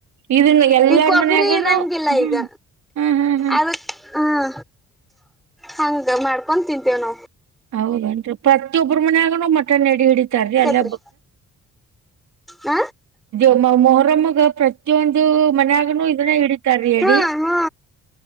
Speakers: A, on the right; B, in the centre.
A: ಇದನ್ನ ಎಲ್ಲಾರ
B: ಈ ಕೊಬ್ಬರಿ
A: ಮನ್ಯಾಗನು
B: ಇರಂಗಿಲ್ಲ
A: ಹ್ಮ್
B: ಈಗ
A: ಹ್ಮ್ ಹ್ಮ್ ಹ್ಮ್
B: ಅದ ಹ್ಮ ಹಂಗ ಮಾಡ್ಕೊ ತಿಂತೇವ ನಾವು
A: ಹೌದೇನ್ರಿ ಪ್ರತಿಯೊಬ್ಬರ ಮನಾಗನ ಮಟನ್ ಎಡಿ ಹಿಡ
B: ಆಕೇತ್ರಿ
A: ಲ್ಲ
B: ಹ
A: ಬ ಮೊಹರಮಗೆ ಪ್ರತೊಂದು ದು ಮನ್ಯಾಗ ಇದನ್ನ ಹಿಡಿತಾರೀ ಹೇಳಡಿ
B: ಹಾ ಹಾ